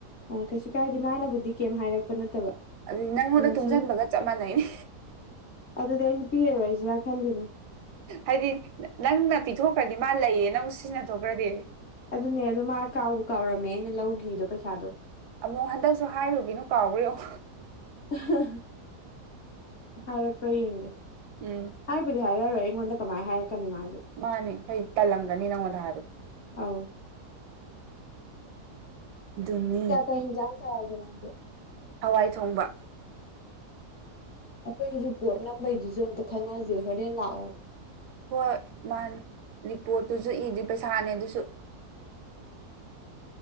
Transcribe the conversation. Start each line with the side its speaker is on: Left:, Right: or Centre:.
Left: ꯑꯣ ꯀꯩꯁꯨ ꯀꯥꯏꯗꯦ ꯃꯥꯅꯕꯨꯗꯤ ꯀꯩꯝ ꯍꯥꯏꯔꯛꯄ ꯅꯠꯇꯕ
Right: ꯑꯗꯨ ꯅꯪꯉꯣꯟꯗ
Left: ꯑꯩꯅ
Right: ꯇꯨꯡꯖꯟꯕꯒ
Left: ꯁꯨꯝ
Right: ꯆꯞ ꯃꯥꯟꯅꯩ <unintelligible>
Left: ꯑꯗꯨꯗꯤ ꯑꯩꯁꯨ ꯄꯤꯔꯔꯣꯏꯁꯤꯔꯥ ꯈꯜꯂꯤꯅꯦ
Right: ꯍꯥꯏꯗꯤ ꯅ ꯅꯪꯅ ꯄꯤꯊꯣꯛꯈ꯭ꯔꯗꯤ ꯃꯥ ꯂꯩꯌꯦꯅ ꯑꯃꯨꯛ ꯁꯤꯖꯤꯟꯅꯊꯣꯛꯈ꯭ꯔꯗꯤ
Left: ꯑꯗꯨꯅꯦ ꯑꯗꯣ ꯃꯥ ꯀꯥꯎꯕꯨ ꯀꯥꯎꯔꯝꯃꯦ ꯑꯩꯅ ꯂꯧꯒꯤꯗꯣ ꯄꯩꯁꯥꯗꯣ
Right: ꯑꯃꯨꯛ ꯍꯟꯗꯛꯁꯨ ꯍꯥꯏꯔꯨꯒꯤꯅꯨ ꯀꯥꯎꯕ꯭ꯔꯥ ꯌꯦꯑꯣ
Left: <unintelligible> ꯍꯥꯏꯔꯛꯄ꯭ꯔꯥ ꯌꯦꯡꯒꯦ
Right: ꯎꯝ
Left: ꯍꯥꯏꯕꯨꯗꯤ ꯍꯥꯏꯔꯔꯣꯏ ꯑꯩꯉꯣꯟꯗ ꯀꯃꯥꯏꯅ ꯍꯥꯏꯔꯛꯀꯅꯤ ꯃꯥꯁꯨ
Right: ꯃꯥꯅꯦ ꯍꯥꯏ ꯇꯜꯂꯝꯒꯅꯤ ꯅꯪꯉꯣꯟꯗ ꯍꯥꯏꯕꯗꯣ
Left: ꯑꯧ
Right: ꯑꯗꯨꯅꯤ
Left: ꯆꯥ ꯀꯩ ꯍꯤꯟꯖꯥꯡ ꯆꯥꯔꯒꯦ ꯅꯪꯗꯤ
Right: ꯍꯋꯥꯏ ꯊꯣꯡꯕ
Left: ꯑꯩꯈꯣꯏ ꯔꯤꯄꯣꯠ ꯅꯝꯕꯩꯗꯨꯖꯨ ꯑꯝꯇ ꯈꯟꯅꯖꯦ ꯍꯣꯔꯦꯟ ꯂꯥꯛꯑꯣ
Right: ꯍꯣꯏ ꯃꯥꯅꯦ ꯔꯤꯄꯣꯠꯇꯨꯁꯨ ꯏꯗ꯭ꯔꯤ ꯄꯩꯁꯥꯅꯦ ꯑꯗꯨꯁꯨ
Left: ꯎꯝ